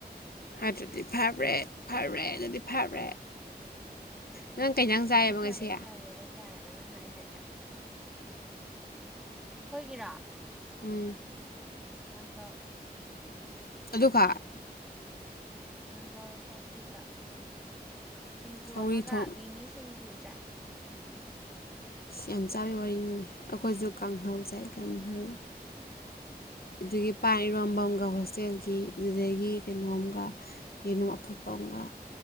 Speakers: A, on the left; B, in the centre.
A: ꯍꯥꯏꯗ꯭ꯔꯗꯤ ꯐꯔꯦ ꯐꯔꯦ ꯑꯗꯨꯗꯤ ꯐꯔꯦ ꯅꯪ ꯀꯩ ꯏꯟꯖꯥꯡ
B: ꯐꯔꯦ
A: ꯆꯥꯏꯌꯦꯕ
B: ꯐꯔꯦ
A: ꯉꯁꯤ
B: ꯐꯔꯦꯗꯣ ꯀꯌꯥꯔꯛ- ꯅꯣ ꯅꯪ ꯍꯥꯏꯗꯣꯏꯖꯦ ꯑꯩꯈꯣꯏꯒꯤꯔꯥ
A: ꯎꯝ
B: ꯀꯥꯡꯒꯧ
A: ꯑꯗꯨ ꯈꯛ
B: ꯀꯥꯡꯒꯧꯒ ꯁꯧꯒ꯭ꯔꯤꯒ ꯁꯤꯡꯖꯨ
A: ꯁꯧꯒ꯭ꯔꯤ
B: ꯑꯃꯒ
A: ꯊꯣꯡ
B: ꯃꯤꯃꯤ ꯁꯤꯡꯖꯨ ꯆꯥꯏ
A: ꯊꯤꯌꯥꯝ ꯆꯥꯕꯩ ꯋꯥꯔꯤꯅꯤꯅꯦ ꯑꯩꯈꯣꯏꯁꯨ ꯀꯥꯡꯍꯧ ꯆꯥꯏ ꯀꯥꯡꯍꯧ ꯑꯗꯨꯗꯒꯤ ꯄꯥꯟ ꯏꯔꯣꯝꯕꯝꯒ ꯍꯣꯁꯇꯦꯜꯒꯤ ꯑꯗꯨꯗꯒꯤ ꯀꯩꯅꯣꯝꯒ ꯌꯦꯅꯨꯝ ꯑꯐꯨꯠꯄ ꯑꯃꯒ